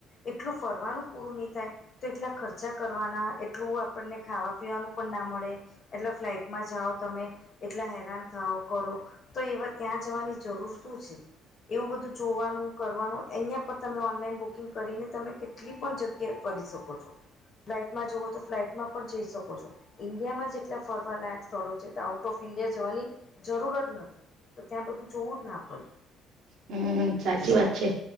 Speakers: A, on the left; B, on the right.
A: એટલું ફરવાનું પૂરું નહીં થાય તો એટલા ખર્ચા કરવાના એટલું આપણને ખાવા પીવાનું પણ ના મળે એટલા ફ્લાઇટમાં જાઓ તમે એટલા હેરાન થઓ કરો તો એવા ત્યાં જવાની જરૂર શું છે એવું બધું જોવાનું કરવાનું અહિયાં પણ તમે ઓનલાઈન બુકિંગ કરીને તમે કેટલી પણ જગ્યાએ ફરી શકો છો. ફ્લાઇટમાં જવું તો ફ્લાઇટમાં પણ જઈ શકો છો. ઈન્ડિયામાં જેટલા ફરવાલાયક સ્થળો છે તે આઉટ ઓફ ઇન્ડિયા જવાની જરૂર જ નથી. તો ત્યાં બધું જોવું જ ના પડે.
B: હમ્મ સાચી વાત છે